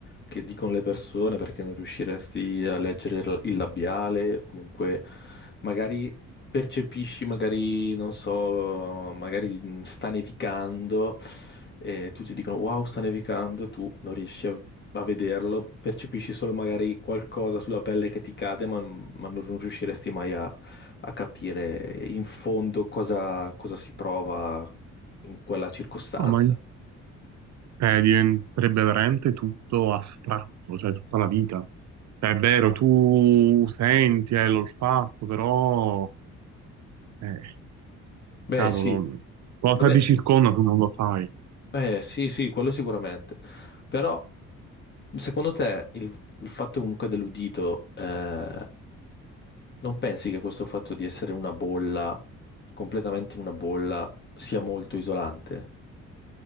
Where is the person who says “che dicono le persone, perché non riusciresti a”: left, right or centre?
Left